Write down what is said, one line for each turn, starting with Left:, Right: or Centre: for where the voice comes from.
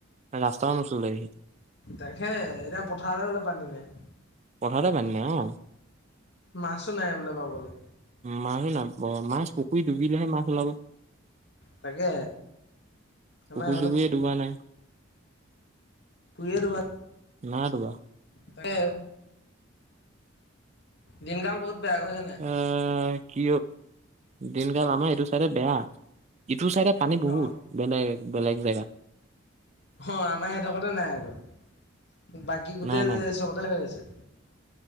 Right: ৰাস্তাও নোচোলেহি
Left: তাকে এতিয়া পথাৰলে গলে পানী নাই
Right: পথাৰতে পানী নাই অ
Left: মাছো নাই বোলে পাবলৈ
Right: মা মাছ পুখুৰী ডুবিলেহে মাছ উলাব পুখুৰী
Left: তাকে আমাৰ এইফালে
Right: চুখুই টো ডুবাই নাই
Left: ভোও ৰোবা
Right: না দুৱা
Left: তাকে দিনকাল বহুত। বেয়া গম পাইছা নাই
Right: আহ কি দিনকাল আমাৰ এইটো চাইদে বেয়া। টো চাইডে পানী বহুত
Left: অ'।
Right: বেলেগ বেলেগ জেগা।
Left: অ আমাৰ হেইদখতে নাই আৰু বাকী গোটেই
Right: নাই নাই
Left: চকতে হৈ আছে।